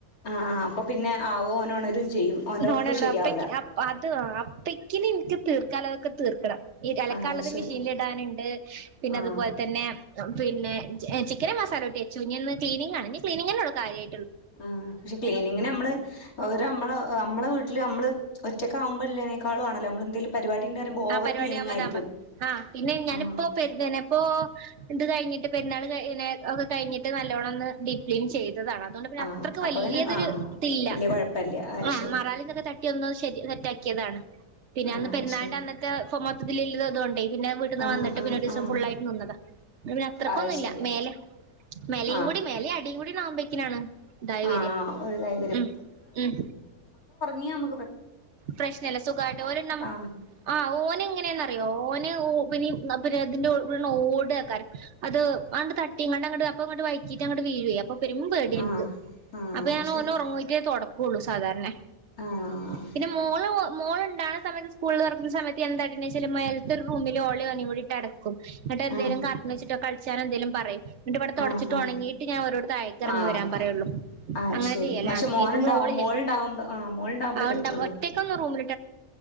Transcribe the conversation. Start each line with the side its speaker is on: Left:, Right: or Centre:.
Left: ആ അപ്പൊ പിന്നെ ആവോ ഓനൊണരും ചെയ്യും. ഓന്റെ
Right: <unintelligible>
Left: ഒർക്ക് ശരിയാവൂല
Right: അപ്പയ്ക് അപ് അത് അപ്പക്കിനി നിയ്ക്ക് തീർക്കാലതൊക്കെ തീർക്കണം. ഈ അലക്കാനിള്ളത്
Left: ആഹ് ശരി
Right: മെഷീനിൽ ഇടാനിണ്ട് പിന്നെ
Left: ആഹ്
Right: അതുപോലെ തന്നെ പിന്നെ ചിക്കന് മസാലോരിട്ടിവെച്ചു ഇനിയിന്ന് ക്ലീനിങ്ങാണ് ഇനി ക്ലീനിങ്ങനൊള്ളു കാര്യാ
Left: ആ പക്ഷെ ക്ലീനിംഗിനമ്മള് ഓര് മ്മളെ മ്മളെ വി ട്ടില് നമ്മള് ഒറ്റക്കാവുമ്പളതിനേക്കാളാണല്ലോ നമ്മള് എന്തേലും പരിപാടി ഇണ്ട് പറയുമ്പോ ഓവർ
Right: ആ പരിപാടി
Left: ക്ലീനിങ്
Right: ആവുമ്പാ
Left: ആയിരിക്കും
Right: താൻ വാ ആ പിന്നെ ഞാനിപ്പോ
Left: ആഹ്
Right: പെരുതെനെ ഇപ്പൊ ഇത് കഴിഞ്ഞിട്ട് പെരുന്നാൾ <unintelligible> ഒക്കെ കഴിഞ്ഞിട്ട് നല്ലോണം ഒന്ന് ഡീപ്പ്ക്ലീൻ ചെയ് താണ് അതൊണ്ട് പിന്നെ
Left: ആഹ്
Right: അത്രയ്ക്ക്
Left: അപ്പൊ
Right: വലിയതൊരു
Left: പിന്നെ ആഹ്
Right: തില്ല
Left: വല്യ കൊഴപ്പല്ല അത്
Right: ആഹ്
Left: ശരി
Right: മറാലിനിനൊക്കെ തട്ടി ഒന്ന് ശരി സെറ്റാ കെതാണ് പിന്നെ
Left: ആഹ്
Right: അന്ന് പെരുന്നാളിൻ്റെ
Left: അത് ശരി
Right: അന്നത്തെ ഫൊമൊത് <unintelligible> അതുകൊണ്ടേ പിന്നെ വീട്ടീന്ന്
Left: ആഹ്
Right: വന്നിട്ട്
Left: ആഹ്
Right: പിന്നെ ഒരുസം
Left: ആഹ്
Right: ഫുള്ളായിട്ട് നിന്നതാ പിന്നെ അത്രയ്ക്കൊന്നുല്ല
Left: അത് ശരി
Right: മേലെ മേലയും
Left: ആഹ്
Right: കൂടി മേലെ അടിയും കൂടി ആവുമ്പോഴേക്കിനാണ് ഇതായി
Left: ആഹ്
Right: വര്യ
Left: ഒരിതായി
Right: ഉം-ഉം
Left: നിയമ
Right: പ്രശ്നല്ല സുഖായിട്ട് ഒരണ്ണം
Left: ആഹ്
Right: ആ ഓന് എങ്ങനെന്നറിയോ ഓന് ഓ പ്പിനി അന്നാ പിന്നെ <unintelligible> ഓടാ ആക്കാറ് അത് അ തട്ടി ഇങ്ങാണ്ട അങ്ങട് അപ്പ അങ്ങട്ട് വൈകീട്ട് അങ്ങോട് വീഴേ അപ്പൊ പെരും പേടിയാ
Left: ആഹ്
Right: നിക്ക്
Left: ആഹ്
Right: അപ്പൊ ഞാൻ
Left: അത് ശരിയാ
Right: ഓൻ ഉറങ്ങുമ്പോഴേക്കും തുട കൂളു സാധാരണെ
Left: ആഹ്
Right: പിന്നെ മോള് മോൾ ഉണ്ടാണ സമയത്ത് സ്കൂള് തുറക്കുന്ന സമയത്ത് എന്തായിട്ടെന്നേച്ചാല് മേൽത്തെ ഒരു റൂമില് ഓളേം ഓനേം കൂടിട്ട് അടക്കും എന്നിട്ട് എന്തേലും
Left: ആഹ്
Right: കാർട്ടൂൺ വെച്ചിട്ടോ കള ച്ചനെന്തേലും പറയും ന്നിട്ടിവിട്ടെ തൊടച്ചിട്ട്
Left: ആഹ് ആഹ്
Right: ഒണങ്ങിയിട്ട് ഞാൻ ഓരോട് താഴേക്ക് ഇറങ്ങി
Left: ആഹ്
Right: വരാൻ പറയുള്ളു
Left: ആഹ്
Right: അങ്ങനെ
Left: ശരി
Right: ചെയ്യല
Left: പക്ഷെ മോനുണ്ടാവും
Right: ഇപ്പൊ മോളില്
Left: മോളുണ്ടാവുമ്പോ ആഹ് മോളുണ്ടാവുമ്പളേ
Right: ആ
Left: പറ്റുള്ളൂ
Right: ഉണ്ട ഒറ്റക്ക് ഒന്നും റൂമില്